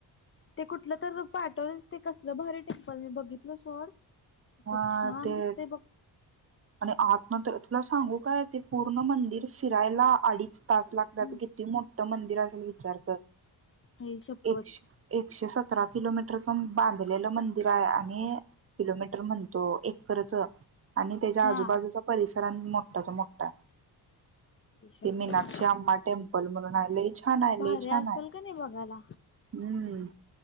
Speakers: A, on the left; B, on the right.
A: ते कुठलं तर पाठवलेलसं ते कसलं भारी टेम्पल मी बघितल सोड असं
B: हा
A: छान
B: ते
A: दिसतय बघ
B: आणि आतना तर तुला सांगू काय ते पूर्ण मंदिर फिरायला अडीच तास लागतात
A: हम्म
B: किती मोठं मंदिर असेल विचार कर
A: आई शपथ
B: एकशे एकशे सत सतरा किलोमीटरच बांधलेलं मंदिर आहे आणि किलोमीटर म्हणतो एकरच आणि त्याच्या
A: हा
B: आजूबाजूचा परिसर आणि मोठ्ठाच्या मोठ्ठा
A: आई शपथ
B: ते मीनाक्षी आंबा टेम्पल म्हणून हाय लय छान हाय
A: भारी
B: लय छान
A: असेल
B: हाय
A: का नाही बघायला
B: हम्म